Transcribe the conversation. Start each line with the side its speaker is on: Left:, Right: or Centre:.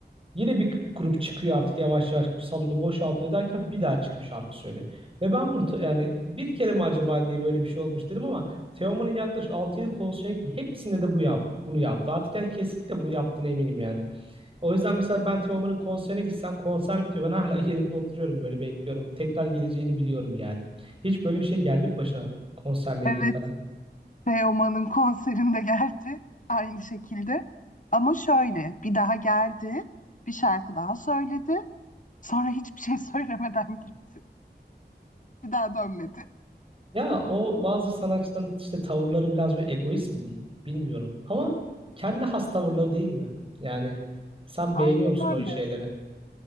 Right: Yine bir grup çıkıyor artık yavaş yavaş salonu boşaltıyor derken bir daha çıkıp şarkı söylüyor. Ve ben bunu ta- yani bir kere mi acaba diye böyle bir şey olmuş dedim ama Teoman'ın yaklaşık altı yedi konserine gittim. Hepsinde de bu yap bunu yaptı. Artık yani kesinlikle bunu yaptığına eminim yani. O yüzden mesela ben Teoman'ın konserine gitsem konser bitiyor. Ben hala <laughs> yerimde oturuyorum böyle bekliyorum. Tekrar geleceğini biliyorum yani. Hiç böyle bir şey geldi mi başına konserle
Left: Evet,
Right: ilgili falan?
Left: Teoman'ın <laughs> konserinde geldi aynı şekilde. Ama şöyle bir daha geldi, bir şarkı daha söyledi. Sonra hiçbir şey <laughs> söylemeden gitti. Bir daha dönmedi.
Right: Ya o bazı sanatçıların işte tavırları biraz böyle egoist mi diyeyim bilmiyorum. Ama kendi has tavırları değil mi? Yani sen
Left: Aynen
Right: beğeniyor musun
Left: öyle.
Right: o şeyleri?